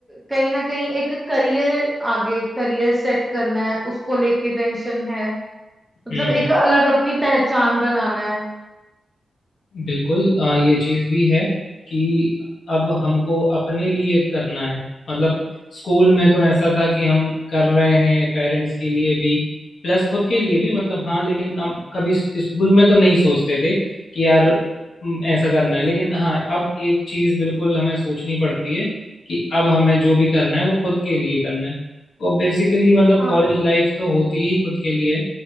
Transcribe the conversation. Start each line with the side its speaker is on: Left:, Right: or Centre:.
Centre: कहीं ना कहीं एक करियर आगे करियर सेट करना है उसको लेके टेंशन है मतलब
Left: हम्म
Centre: एक अलग अपनी पहचान बनाना है
Left: बिल्कुल अ, ये चीज भी है कि अब हमको अपने लिए करना है मतलब स्कूल में तो ऐसा था कि हम कर रहे हैं पेरेंट्स के लिए भी प्लस खुद के लिए भी मतलब हाँ लेकिन हम कभी स- स्कूल में तो नहीं सोचते थे कि यार हम्म, ऐसा करना है लेकिन हाँ अब एक चीज बिल्कुल हमें सोचनी पड़ती है कि अब हमें जो भी करना है वो खुद के लिए करना है और बेसिकली मतलब
Centre: हाँ
Left: कॉलेज लाइफ तो होती ही खुद के लिए